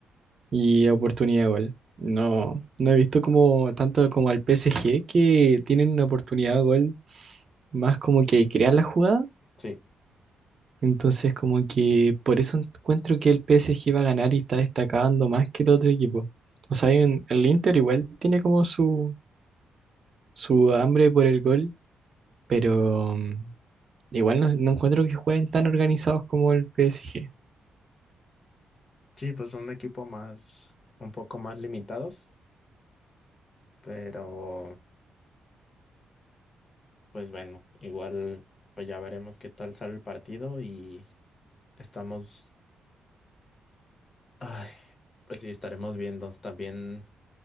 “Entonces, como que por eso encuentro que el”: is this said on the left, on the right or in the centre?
Right